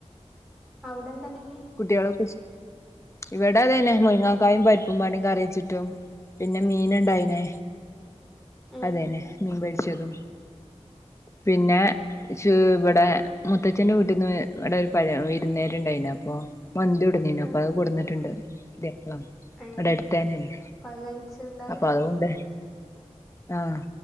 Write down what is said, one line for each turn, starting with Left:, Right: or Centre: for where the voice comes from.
Centre: അവിട എന്താണ് എനി
Left: കുട്ടികൾ സ്ക്ക ഇവിടെ അതന്നെ മുരിങ്ങാക്കായും പരിപ്പും പാടിയും കറി വെച്ചിട്ടോ പിന്നെ മീൻ ഇണ്ടായിനെ
Centre: ഏ
Left: അതന്നെ മീൻ പൊരിച്ചതും പിന്നെ ജ്ജ് ഇവിടെ മുത്തച്ഛന്റെ വീട്ടിന്ന് ഇവിട ഒരു പഴയ വിരുന്ന്ക്കാര് ഇണ്ടായിന് അപ്പൊ മന്തി കൊടുന്നേനു
Centre: ആഹ്
Left: അപ്പ അത് കൊടന്നിട്ടുണ്ട് വെക്കളാണ്
Centre: ഏഹ്
Left: ഇവിടെ അടുത്തന്നെയാണ്
Centre: അപ്പ അത് കഴിച്ചുണ്ടാവൂലേ
Left: അപ്പൊ അതുണ്ട് ആഹ്